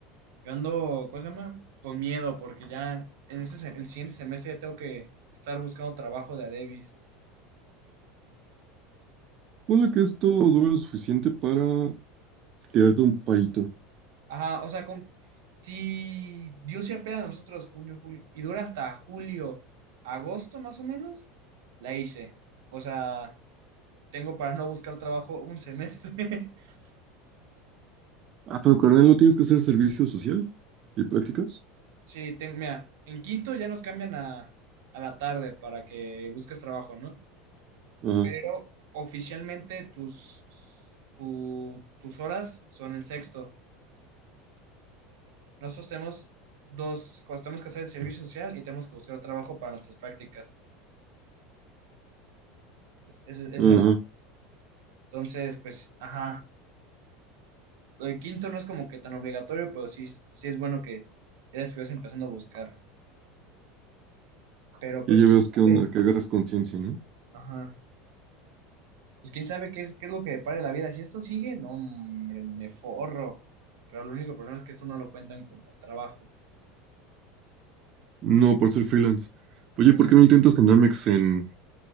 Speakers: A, on the right; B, on the right.
A: yo ando, ¿cómo se llama? Con miedo, porque ya en ese, se- el siguiente semestre ya tengo que estar buscando trabajo de a Davis.
B: Ponle que esto dura lo suficiente para tirarte un parito.
A: Ajá, o sea, con, si Dios se apea a nosotros junio, julio, y dura hasta julio, agosto más o menos, la hice. O sea, tengo para no buscar trabajo un semestre. <laughs>
B: Ah, pero carnal, ¿no tienes que hacer servicio social y prácticas?
A: Sí, tengo, mira, en quinto ya nos cambian a, a la tarde para que busques trabajo, ¿no?
B: Ajá,
A: Pero oficialmente tus, tu- tus horas son en sexto. Nosotros tenemos dos, cosas, tenemos que hacer el servicio social y tenemos que buscar trabajo para nuestras prácticas. Entonces, ese, ese es
B: ajá,
A: el Entonces, pues, ajá, el quinto no es como que tan obligatorio, pero sí, sí es bueno que ya la estuvieras empezando a buscar. Pero pues,
B: y ya
A: quién
B: ves
A: sabe,
B: qué onda, que agarras conciencia, no
A: ajá, pues quién sabe qué es, qué es lo que depare la vida. Si esto sigue, no, hombre, me forro. Pero el único problema es que esto no lo cuentan como trabajo.
B: No, por ser freelance. Oye,
A: Ujú.
B: ¿por qué no intentas en Amex, en